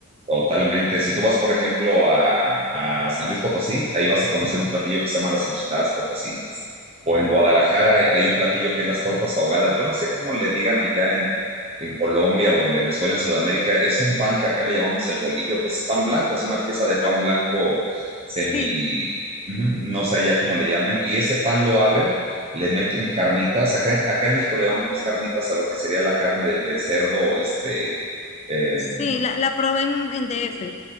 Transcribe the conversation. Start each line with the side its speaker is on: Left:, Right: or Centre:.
Right: Totalmente. Si tú vas, por ejemplo, a, a San Luis Potosí, ahí vas a conocer un platillo que se llama las enchiladas potosinas. O en
Left: Uy,
Right: Guadalajara hay, hay un platillo que es las tortas ahogadas. Yo no sé cómo le digan allá en, en Colombia o en Venezuela, en Sudamérica. Es un pan que acá le llamamos el bolillo, que es pan blanco, es una pieza de pan
Left: Ah,
Right: blanco semi,
Left: sí,
Right: ujú, no sé allá cómo le llamen. Y ese pan lo abren, le meten carnitas. Acá, acá en México le llamamos carnitas a lo que sería la carne de, de cerdo, este em,
Left: sí, la, la probé en, en DF